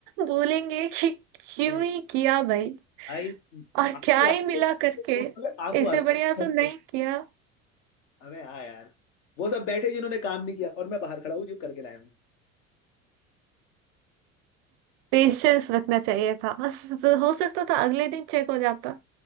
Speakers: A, on the right; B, on the left.
A: बोलेंगे कि क्यों
B: मैं-
A: ही किया भाई
B: भाई
A: और
B: आंसू
A: क्या ही
B: आ गए
A: मिला
B: थे,
A: करके
B: दोस्तों के आंसू
A: इससे
B: आ
A: बढ़िया
B: गए
A: तो
B: <laughs> थे।
A: नहीं किया
B: अबे हाँ यार वो सब बैठे जिन्होंने काम नहीं किया और मैं बाहर खड़ा हूँ जो करके लाया हूँ।
A: पेशेंस रखना चाहिए था <laughs> तो हो सकता था अगले दिन चेक हो जाता